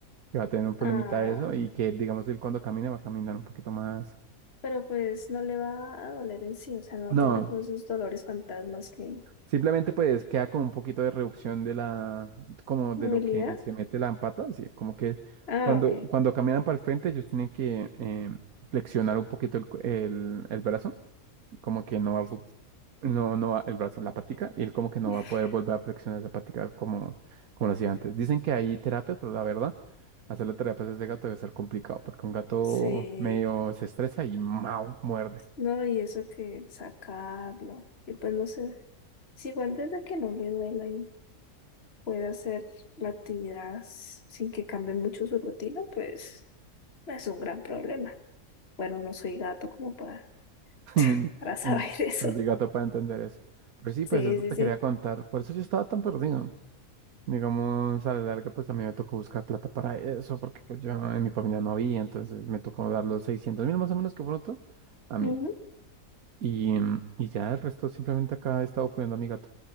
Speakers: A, on the right; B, on the left.
A: que va a tener un problemita
B: Ah,
A: de eso, y que digamos él cuando camine va a caminar un poquito más.
B: pero pues no le va a doler en sí, o sea, no va
A: No,
B: a tener como esos dolores fantasmas que
A: simplemente pues queda con un poquito de reducción de la, como de
B: movilidad.
A: lo que se mete la pata, así como que
B: Ah,
A: cuando,
B: ok.
A: cuando caminan para el frente ellos tienen que eh, flexionar un poquito el, cu- el el brazo como que no va a, fu- no, no va el brazo, la patica, y él como que no
B: <laughs>
A: va a poder volver a flexionar la patica como, como lo hacía antes. Dicen que hay terapias, pero la verdad, hacerle terapias a ese gato debe ser complicado, porque un gato
B: Sí.
A: medio se estresa y ¡mau! muerde.
B: No, y eso que sacarlo. Y pues no sé. Si igual desde que no le duela y pueda hacer la actividad s- sin que cambie mucho su rutina, pues. No es un gran problema. Bueno, no soy gato como para,
A: <laughs>
B: <laughs> para saber
A: No
B: eso.
A: no soy gato para entender eso. Pero sí,
B: Sí,
A: pues eso
B: sí,
A: te
B: sí.
A: quería contar. Por eso yo estaba tan perdido. Digamos, a la larga, pues también me tocó buscar plata para eso, porque pues yo en mi familia no había, entonces me tocó dar los seiscientos mil más o menos que fueron todos a mí.
B: Ujú,
A: Y, em, y ya el resto simplemente acá he estado cuidando a mi gato.